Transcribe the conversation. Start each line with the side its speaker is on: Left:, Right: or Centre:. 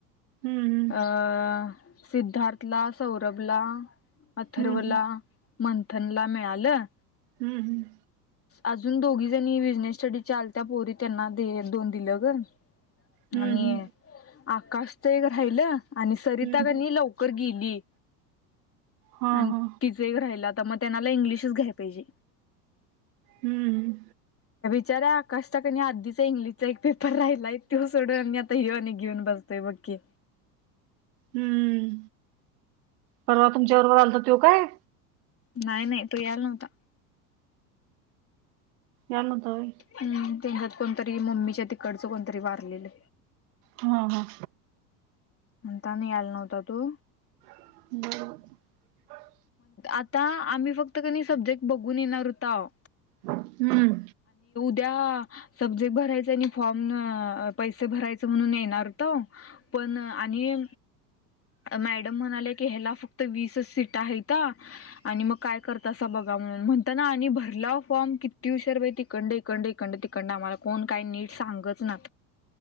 Right: हम्म
Left: अं सिद्धार्थ ला सौरभला अथर्वला
Right: हम्म
Left: मंथन ला मिळालं
Right: हम्म हम्म
Left: अजून दोघी जणी बिझनेस स्टडी चालत पोरी त्यांना दोन दिलं ग
Right: हम्म
Left: आणि
Right: हम्म
Left: आकाश तर एक राहिलं आणि सरिता
Right: हम्म
Left: कनी
Right: हम्म.
Left: लवकर गेली
Right: हा
Left: आणि
Right: हा
Left: तिच एक राहिला आता मग त्यांनाला इंग्लिशच घ्याय पाहिजे
Right: हम्म
Left: बचार्या आकाशचा कनी आधीचा एक इंग्लिशचा एक पेपर राहिलाय तो सोडून आता हिअनी घेऊन बसतय बघकी ह
Right: हम्म परवा तुमच्या बरोबर आलता त्यो काय
Left: नाही नाही तो याला नव्हता
Right: याल नवहता व्हय
Left: हम्म त्यांच्यात कोणतरी मम्मीच्या तिकडच कोणतरी वारलेलं
Right: हा हा
Left: म्हणता नि यायला नव्हता तो
Right: बरोबर
Left: आता आम्ही फक्त कणी सब्जेक्ट बघून येणार होताव
Right: हम्म
Left: त्या सब्जेक्ट भरायच आणि फॉर्म पैसे भरायचे म्हणून येणार त पण आणि मॅडम म्हणाले की ह्याला फक्त वीसच सीट आहेत आणि मग काय करतासा बघा म्हणून म्हणताना आणि भरलाव फॉर्म किती उशिर बाई तिकडन इकंड इंड तिकंड आम्हाला कोण काही नीट सांगच ना